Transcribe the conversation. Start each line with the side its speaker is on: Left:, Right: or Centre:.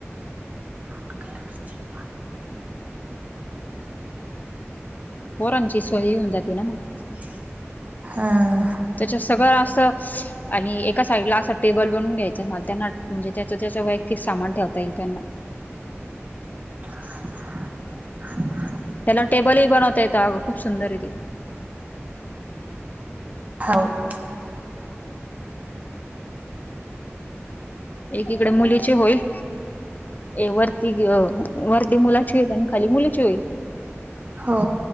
Right: <unintelligible>
Left: पोरांची सोय होऊन जाते ना मग,
Right: हा.
Left: त्याच्यात सगळं असं आणि एका साइडला असं टेबल बनून घ्यायचंय मला त्यांना म्हणजे त्याच त्याच वैयक्तिक सामान ठेव ता येईल त्यांना,
Right: <unintelligible>
Left: त्याला टेबलही बनवता येत अग खूप सुंदर आहे ते,
Right: हाव.
Left: हम्म. एकीकडे मुलीचे होईल ए वरती घ्यो वरती मुलाची होईल आणि खाली मुलीची होईल.
Right: हो.